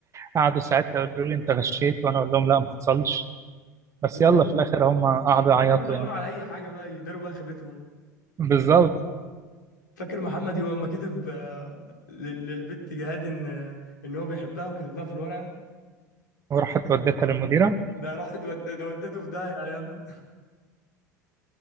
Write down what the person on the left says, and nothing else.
بالظبط
هم
كانوا بيدوروا
على اي حاجه بقى يداروا بقى خيبتهم
فاكر محمد يوم ما كتب آه، لل- للبت جهاد ان ان هو بيحبها وكتب لها في الورقه
ده راح اتود- ده ودته في داهيه ايامها